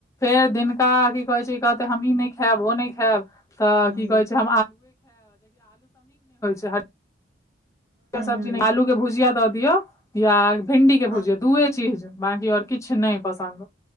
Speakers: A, on the left; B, on the right.
A: फेर दिनका की कहे छै कहते हम ई नहि खायब ओ नहि खायब तऽ
B: हूँ
A: की कहे छै छै सब्जी
B: हूँ
A: आलू के भुजिया द दियऔ या भिंडी के
B: हँ
A: भुजिया दूए चीज बाकी आऔर किछु नहि पसन्द